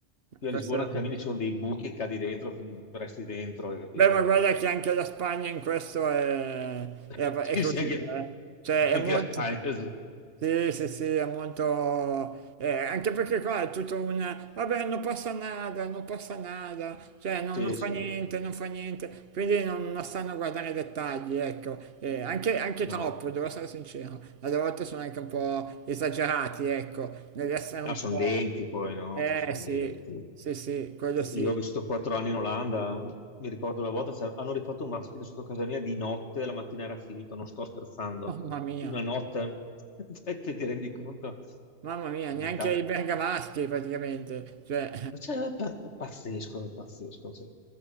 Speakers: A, on the left; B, on the right.
A: Qui a
B: Questo
A: Lisbona
B: è...
A: cammini, ci sono dei buchi, e cadi dentro, fin- resti dentro, hai capito?
B: Beh, ma guarda che anche la Spagna in questo è,
A: <laughs>
B: è ab- è
A: Sì,
B: così,
A: sì, anche,
B: eh. Cioè
A: anche
B: è molto...
A: a Spagna, sì.
B: Sì, sì, sì, è molto... eh, anche perché qua è tutto un... Vabbè, non passa nada, non passa nada, cioè non,
A: Sì,
B: non fa
A: sì.
B: niente, non fa niente. Quindi non, non stanno a guardare i dettagli, ecco. Eh, anche, anche
A: no.
B: troppo, devo essere sincero. Alle volte sono anche un po' esagerati, ecco, nell'essere un
A: Ah, sono
B: po'...
A: lenti poi, no?
B: Eh
A: Sono
B: sì,
A: lenti.
B: sì, sì, quello
A: Eh,
B: sì.
A: Io ho vissuto quattro anni in Olanda, mi ricordo una volta c'era- hanno rifatto un marciapiede sotto casa mia di notte, la mattina era finito, non sto scherzando.
B: Mamma mia.
A: Una notte, <laughs> te ti rendi conto?
B: Mamma mia,
A: In
B: neanche
A: Italia-
B: i bergamaschi praticamente. Cioè,
A: ma cioè, è pa- pazzesco, è pazzesco. cioè.